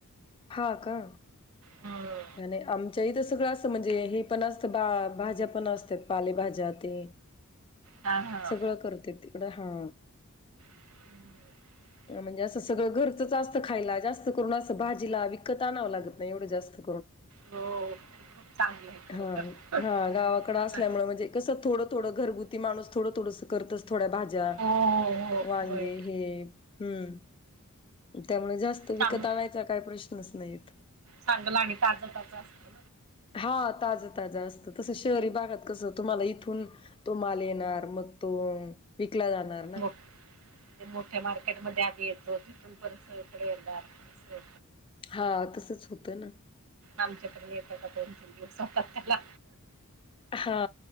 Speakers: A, on the left (about 25°); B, on the right (about 65°).
A: हा का
B: हम
A: आणि आमच्या इथ सगळं असं म्हणजे हे पण असतं बा भाज्या पण असतात पालेभाज्या ते
B: हा हा
A: सगळं करते तिकडं हा
B: हम्म
A: म्हणजे असं सगळं घरचंच असत खायला जास्त करून असं भाजीला विकत आणावं लागत नाही एवढं जास्त
B: हो ते खूप चांगलं आहे खरं
A: हा
B: तर
A: गाल्या
B: हो ना
A: म्ह कस थोड थोड घरगुती माणूसथोडं ोडं करतस थोड्या भाज्या
B: हो हो हो
A: वांगे
B: होय
A: हे हम्म त्यामुळे जास्त विकत
B: चांगलं
A: आणायचा काही प्रश्नच नाहीेत
B: चांगलं आणि ताजं ताज असत
A: हा ताजं ताजं असतं तसं शहरी भागात कसं तुम्हाला इथून तो माल येणार मग तो विकला जाणार ना.
B: मोठ ते मोठे मार केट म आधी येतो तिथून परत सगळीकडे येणार हो
A: हा तसंच होतं ना
B: आमच्या प येत का दोन तीन दिवस होतात त्याला
A: हा